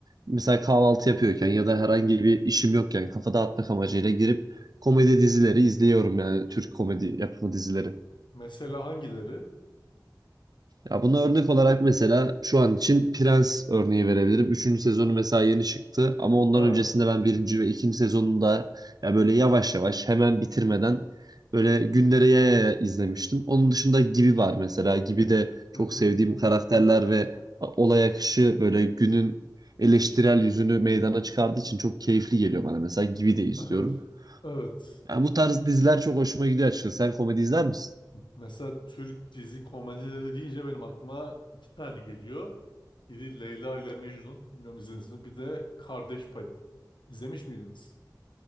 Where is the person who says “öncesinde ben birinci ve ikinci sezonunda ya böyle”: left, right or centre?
Right